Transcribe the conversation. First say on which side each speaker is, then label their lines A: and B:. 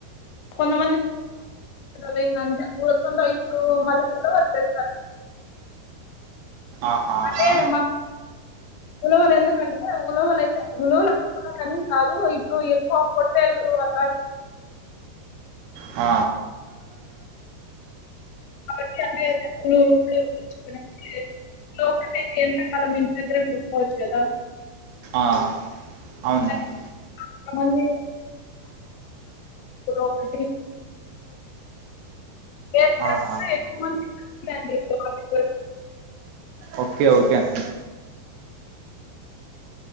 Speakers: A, on the left; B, on the right.
A: కొంతమంది వే అంత ఉకంద ఇప్పుడు <unintelligible>
B: ఆహాహా
A: అదే మ ఉలవలు ఎందుకంటే ఉలవలు అయితే ఉలవలు అనుకున్న కానీ కాదు ఇప్పుడు ఎక్కువ తెలుగు అద <unintelligible>
B: ఆ
A: అ లోపల అయితే ఎంతకాలం ఇంటి దగ్గరే పెట్కోవచ్చు కదా
B: ఆ అవునండి
A: ఎందుకంటే కొంతమంది ఒకటి వేరుశనగ
B: ఆహా
A: ఎక్కువ మంది అండి వాటి కొరకు
B: ఓకే ఓకే అండి